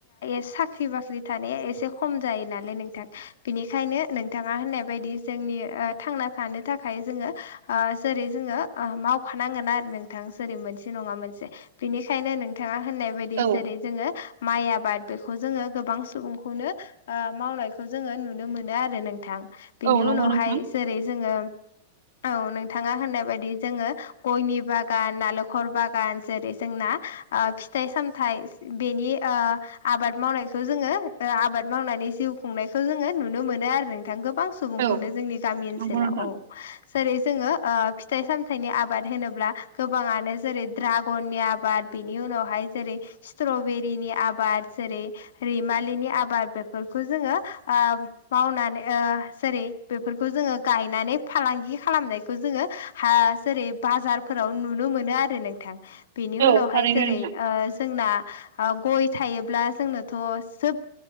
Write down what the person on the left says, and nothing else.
साख्रि बाख्रि थानाया एसे खम जायो नालाय नोंथां बिनिखायनो नोंथाङा होननाय बायदि जोंनि थांना थानो थाखाय जोङो ओ जेरै जोङो मावखानांगोन आरो नोंथां जेरै मोनसे नङा मोनसे बेनिखायनो नोंथाङा होननाय बायदि
जेरै जोङो माइ आबाद बेखौ जोङो गोबां सुबुंखौनो मावनायखौ जोङो नुनो मोनो आरो आरो नोंथां बिनि
उनावहाय
जेरै जोङो औ नोंथाङा होननाय बायदि जोङो गयनि बागान नालेंखर बागान जेरै जोंना फिथाइ सामथाइ बेनि आबाद मावनायखौ जोङो आबाद मावनानै जिउ खुंनायखौ जोङो नुनो मोनो आरो नोंथां गोबां सुबुंखौनो
जोंनि गामि ओनसोलाव
औ जेरै जोङो फिथाइ सामथाइनि आबाद होनोब्ला गोबाङानो जेरै ड्रागननि आबाद बेनि उनावहाय जेरै स्ट्रबेरिनि आबाद जेरै रैमालिनि आबाद बेफोरखौ जोङो मावनानै जेरै बेफोरखौ जोङो गायनानै फालांगि खालामनायखौ जोङो जेरै बाजार फोराव नुनो मोनो आरो नोंथां बेनि
उनावहाय
जेरै
जोंना गय थायोब्ला जोंनोथ' सोब